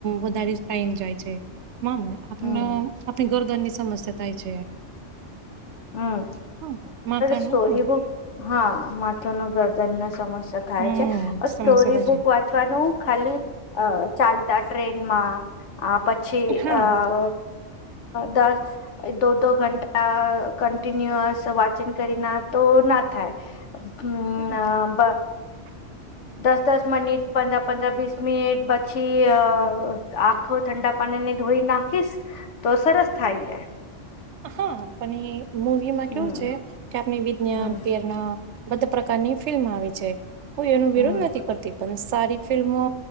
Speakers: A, on the right; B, on the left.
A: વધારે ટાઈમ જાય છેમ આપ આપણી
B: હમ
A: ગરદાની સમસ્યા થાય છે
B: હમ
A: હ માથાનું
B: સ્ટોરી
A: હ
B: બુક હા માથું ન ગરદન ના સમસ્યા થાય
A: હમ
B: છે સ્ટોરી
A: સમસ્યા થાય
B: બુક
A: છે
B: વા અથવાનું ખાલી ચાલતા ટ્રેનમાં આ પછી
A: હા
B: આ દસ દોડ દો ઘંન્ટા કન્ટિન્યુઅસ વાચન કરી ના તો ના થાય
A: હમ
B: આબ
A: <unintelligible>
B: દસ દસ મિનિટ પંદર પંદર વીસ મિનિટ પછી આ આખ ઠંડા પાણીને ધોઈ નાખીશ તો સરસ થાય જાય
A: હા પણ મૂવી માં
B: હમ
A: કેવું છે કે આપણે વિજ્ઞાન
B: હમ
A: પ્રેરણા બધા પ્રકારની ફિલ્મ આવી છે કોું એનો વિરોધ
B: હમ
A: નથી કરતી પણ સારી ફિલ્મો